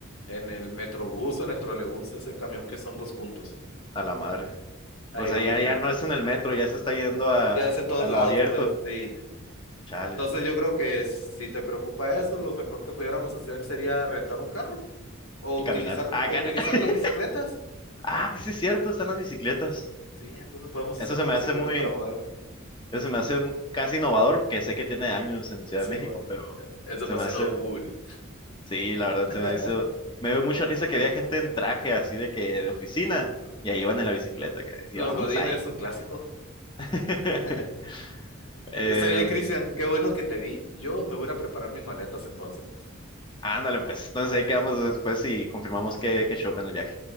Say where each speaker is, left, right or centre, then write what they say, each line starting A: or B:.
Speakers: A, on the left; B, on the left.
A: en el metrobús o en el trolebús, ese camión que son dos juntos.
B: a la madre.
A: Ahí
B: O sea,
A: lo
B: ya,
A: picaron.
B: ya no es en el metro, ya se está yendo a,
A: Ya es en todos
B: a
A: lados,
B: lo abierto.
A: pues sí.
B: Chale.
A: Entonces yo creo que si te preocupa eso, lo mejor que pudiéramos hacer sería rentar un carro. O
B: Y
A: utilizar,
B: caminar. Ah,
A: o
B: cara.
A: utilizar
B: <laughs>
A: las bicicletas.
B: Ah, sí es cierto, están las bicicletas.
A: Sí, entonces podemos usar
B: Eso se
A: las
B: me
A: bicicletas
B: hace muy,
A: para movernos.
B: eso se me hace m- casi innovador, que sé que tiene años en Ciudad
A: Sí,
B: de México,
A: bueno,
B: pero
A: Es demasiado
B: se me hace,
A: cool.
B: sí, la verdad,
A: <laughs>
B: se me hizo, me dio mucha risa que había gente en traje así de que de oficina y ahí iban en la bicicleta. que- Y
A: Los
B: vamos
A: godines
B: ahí.
A: es un clásico.
B: <laughs>
A: <laughs>
B: Em,
A: Está bien, Cristian. Qué bueno que te vi. Yo me voy a ir a preparar mis maletas entonces, pues.
B: ándale, pues, entonces ahí quedamos después y confirmamos qué, qué show con el viaje.